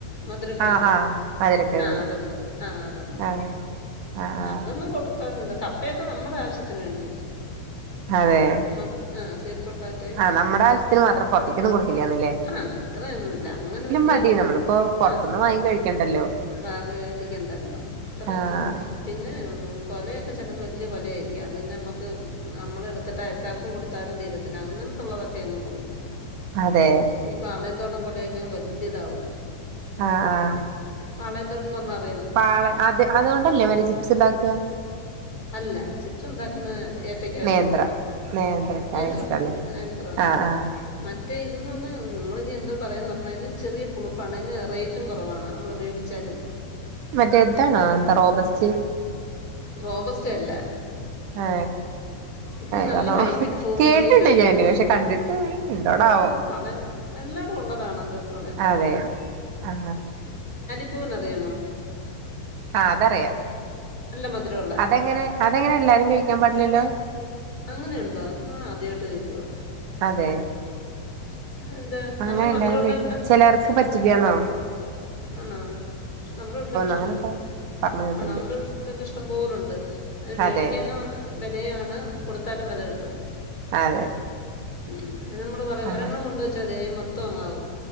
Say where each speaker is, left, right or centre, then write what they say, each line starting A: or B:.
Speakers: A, on the left; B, on the right.
A: മധുര കിഴങ്
B: ആഹ് ആഹ് മധുരക്കിഴങ്ങ്
A: ആ അതുണ്ട് ആ അതുണ്ട്
B: അതെ ആഹ്
A: അതൊന്നും കൊടുക്കാൻ കപ്പ യൊക്കെ നമ്മുടെ ആവിശ്യത്തിന് വേണ്ടി
B: അതെ
A: മ ആ സ്വീറ്റ് പൊട്ടാറ്റോയും
B: ആ നമ്മുടെ ആവിശ്യത്തിന് മാത്രം പൊർത്തേക്കൊന്നും കൊടുക്കില്ലാന്ന്
A: ആ അത്രയൊന്നും ഇല്ല അങ്ങനെ വല്ല്യ
B: മതി നമ്മളിപ്പോ പുറത്തുന്ന്
A: ആ
B: വാങ്ങി കഴിക്കണ്ടല്ലോ
A: വാവ് വേദിക്കണ്ടല്ലോ അത്രതൊള്ള്
B: ആഹ്
A: പിന്നെ കൊല യൊക്കെ ചിലത് വല്ല്യ കൊല ആയിരിക്കും അതന്നെ നമ്മക്ക് നമ്മള് എടുത്തിട്ട് അയൽക്കാർക്കും കൊടുത്താലും തീരത്തില്ല അങ്ങൻത്തുള്ളതൊക്കെ അങ്ങ് കൊടുക്കും
B: അതെ
A: ഈ പാളയൻതോട കൊലയൊക്കെ അങ്ങ് വല്ല്യതാവും
B: ആ ആ
A: നാളെ എന്താന്ന് റഞ്ഞാൽ
B: പാളെ അതെ അതോണ്ടല്ലേ വര് ചിപ്സ് ഉണ്ടാക്ക
A: അല്ല ചിപ്സ് ഉണ്ടാക്കുന്ന ഏത്തയ്ക്ക വെച്ചല്ലേ
B: നേന്ത്ര നേന്ത്രക്കായ
A: നേന്ത്രപ്പഴ
B: വെച്ചിട്ടല്ലേ
A: നേന്ത്രം
B: ആഹ്
A: ന്ന് റയുന്ന
B: ആഹ്
A: മറ്റേ ഇതെന്ന് പറഞ്ഞാൽ നിങ്ങൾ ഇനി എന്തോ പറയെന്ന് പറഞ്ഞാൽ അതിന് ചെറിയ പുളുപ്പാണ് അതിന് റേറ്റും കുറവാണ് നമ്മള് മേടിച്ചാലും
B: മറ്റേ താണാ എന്താ റോബസ്റ്റ്
A: റോബസ്റ്റ അല്ല
B: ആ
A: ഇത് നല്ല
B: കണോ
A: ഹൈറ്റിൽ പോവുകയും
B: കേട്ടിണ്ട്
A: ചെയ്യും അതിന്
B: ഞാന്
A: വലിയ
B: പക്ഷേ കണ്ടിട്ട് എന്തോടാവോ
A: അന്ന് പളയൻ എല്ലായിടും ഉള്ളതാണല്ലോ പളയൻ്റെ കൂടെ
B: അതെ ആ
A: <unintelligible> റിയാമോ
B: ആ അതറിയാം
A: മധുരമുള്ള
B: അതെങ്ങനെ അതെങ്ങനെ എല്ലാരും ചോയിക്ക ഞാൻ പാടില്ലല്ലോ
A: അങ്ങനെയുണ്ടോ നാ ആദ്യമായിട്ട് കേൾക്കുവാ
B: അതെ
A: എന്ത്
B: അങ്ങനെ
A: നല്ല മധുരമുള്ളതുണ്ട്
B: എല്ലാരും ചോയ്ക്കാം ചിലർക്ക് പറ്റില്ലെന്നോ
A: ആണോ നമ്മുടെ വീട്ടിലൊക്കെ ഇഷ്ടം
B: അങ്ങനെന്തോ പറഞ്ഞു കേട്ടിണ്ട്
A: ആണോ നമ്മുടെ വീട്ടിലൊക്കെ ഇഷ്ടംപോലുണ്ട് അന് വേടിക്കാനോ
B: അതെ
A: വിലയാണ് കൊടു സ്ഥലം വില കിട്ടും
B: അതെ
A: ഉം അയിന് നമ്മള് പറയും
B: ആഹ്
A: ഒരെണ്ണം കൊണ്ട് വച്ചാൽ അയ്മ തോങ്ങൗ